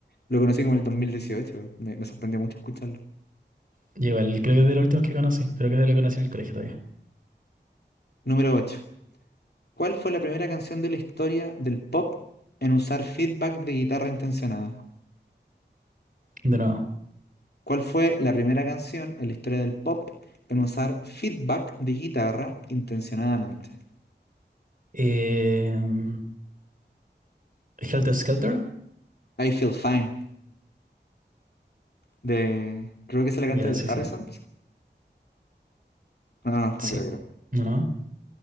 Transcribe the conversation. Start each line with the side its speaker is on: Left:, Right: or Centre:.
Left: Lo conocí como el 2018, güey. me, me sorprendió mucho escucharlo.
Right: Yo Igual creo que es de los últimos que conocí, pero creo que lo conocí en el colegio todavía.
Left: Número ocho ¿Cuál fue la primera canción de la historia del pop en usar feedback de guitarra intencionada?
Right: De nuevo.
Left: ¿Cuál fue la primera canción en la historia del pop en usar feedback de guitarra intencionadamente?
Right: Em, Helter Skelter.
Left: I Feel Fine, de... Creo que se la canta
Right: Ya,
Left: el
Right: sí,
Left: Harrison.
Right: sí.
Left: No, no,
Right: Sí.
Left: no creo que era.
Right: No, no.